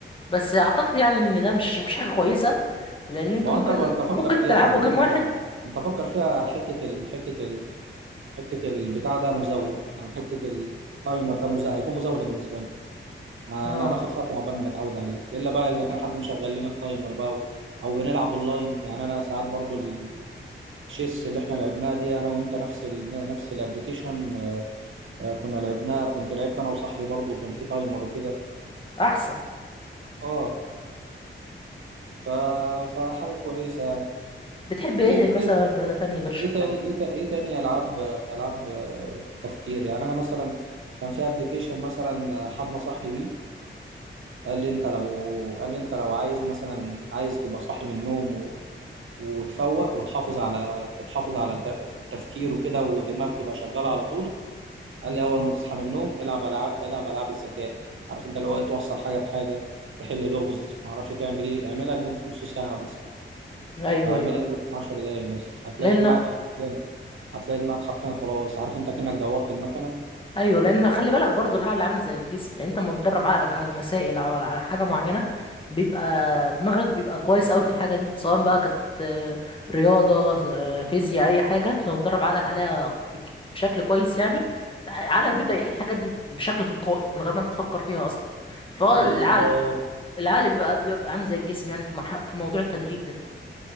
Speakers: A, on the left (about 25°); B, on the right (about 75°).
A: بس اعتقد يعني ان ده مش مش حاجه كويسه لان انتوا
B: ما هو
A: ممكن
B: انت انت فكر
A: ممكن
B: فيها
A: تلعبوا
B: احنا هنجيب
A: جيم واحد
B: انت فكر فيها حته ال... حته ال... حته البتاع ده مزاوله يعني حته التايمر ده مزاوله هيكون مزاوله بالنسبه لنا.
A: اه
B: انا هناخد فتره عقبال ما نتعود عليه الا بقى اذا كان حد مشغل لنا التايمر بقى او أو بنلعب اونلاين يعني انا ساعات برضو ال- الشيس اللي احنا لعبناها دي انا وانت نفس ال... نفس الابلكيشن آه، كنا لعبناها كنت لعبت انا وصاحبي برضو كان في تايمر وكده
A: احسن
B: اه ف... فحاجه كويسه
A: بتحب ايه
B: ايه
A: مثلا
B: ايه
A: رياضه تانية غير الشطرنج
B: ايه تاني ايه, تا- إيه تاني العاب العاب آه، تفكير يعني انا مثلا كان في ابلكيشن مثلا آه، حد نصحني بيه قال لي انت لو قال لي انت لو عايز مثلا عايز تبقى صاحي من النوم وتفوق وتحافظ على تحافظ على ت- تفكير وكده ودماغك تبقى شغاله على طول قال لي اول ما تصحى من النوم العب العاب العب العاب الذكاء عارف انت اللي هو إيه، توصل حاجه بحاجه تحل لغز ما اعرفش تعمل ايه اعملها لمده نص ساعه مثلا
A: ايوه
B: او اعملها
A: ايوه
B: لمده 10 دقائق مثلا هتلاقي
A: لان
B: دماغك حرفيا هتلاقي دماغك حرفيا خلاص عارف انت كأنك دورت المكنه
A: ايوه لان خلي بالك برضو العقل عامل زي الجسم يعني انت لما بتدرب عقلك على المسائل او على حاجه معينه بيبقى دماغك بيبقى كويس قوي في الحاجه دي سواء بقى كانت آه، رياضه آه، فيزياء اي حاجه أنت لو بتدرب عقلك عليها بشكل كويس يعني عقلك بيبدا يحل الحاجات دي بشكل تلقائي من غير ما انت تفكر فيها اصلا فهو
B: بالظبط
A: العقل العقل بيبقى بيبقى عامل زي الجسم يعني في مرحله في موضوع التدريب ده